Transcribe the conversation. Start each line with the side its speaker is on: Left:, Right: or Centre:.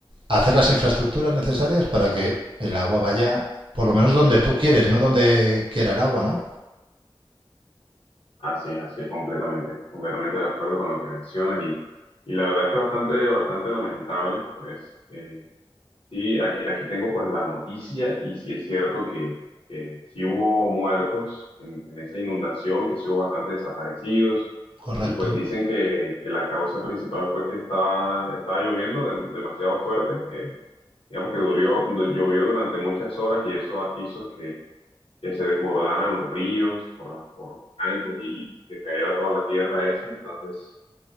Right: hacer las infraestructuras necesarias para que el agua vaya, por lo menos donde tú quieres, no donde quiera el agua, ¿no?
Left: Así es, así es, completamente, completamente de acuerdo con lo que mencionas y, y la verdad es que bastante, bastante lamentable, pues eh, sí, aquí, aquí tengo pues la noticia y sí es cierto que, que sí hubo muertos en, en esa inundación, que sí hubo bastantes desaparecidos
Right: Correcto.
Left: y pues dicen que, que la causa principal fue que estaba, estaba lloviendo dem- demasiado fuerte, eh, digamos que durió- du- llovió durante muchas horas y eso hizo que se desbordaran los ríos por, la- por los bancos y que cayera toda la tierra, eso, entonces